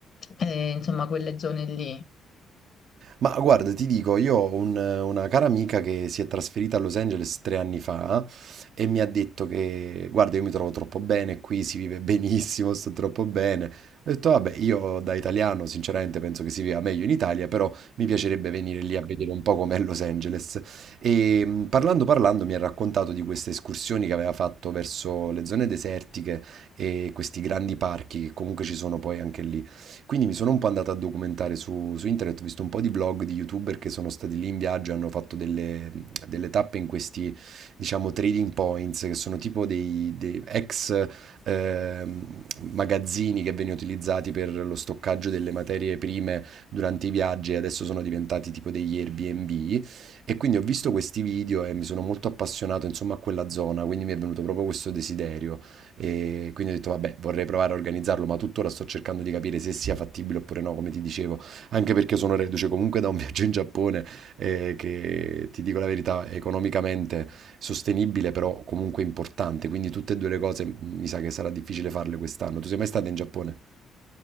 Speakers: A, on the left (about 55°); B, on the right (about 60°).
A: e, insomma, quelle zone lì?
B: Ma guarda, ti dico, io ho un- una cara amica che si è trasferita a Los Angeles tre anni fa e mi ha detto che, guarda, io mi trovo troppo bene qui, si vive benissimo, sto troppo bene. Ho detto, vabbè, io da italiano sinceramente penso che si viva meglio in Italia, però mi piacerebbe venire lì a vedere un po' com'è Los Angeles. E mh, parlando parlando mi ha raccontato di queste escursioni che aveva fatto verso le zone desertiche e questi grandi parchi che comunque ci sono poi anche lì quindi mi sono un po' andato a documentare su, su internet, ho visto un po' di vlog di YouTuber che sono stati lì in viaggio e hanno fatto delle, delle tappe in questi, diciamo, trading points, che sono tipo dei, dei ex ehm, magazzini che venivano utilizzati per lo stoccaggio delle materie prime durante i viaggi e adesso sono diventati tipo degli Airbnb. E quindi ho visto questi video e mi sono molto appassionato, insomma, a quella zona, quindi mi è venuto proprio questo desiderio. E quindi ho detto, vabbè, vorrei provare a organizzarlo, ma tuttora sto cercando di capire se sia fattibile oppure no, come ti dicevo, anche perché sono reduce comunque da un <laughs> viaggio in Giappone, eh, che ti dico la verità, è economicamente sostenibile, però comunque importante. Quindi tutte e due le cose mi sa che sarà difficile farle quest'anno. Tu sei mai stata in Giappone?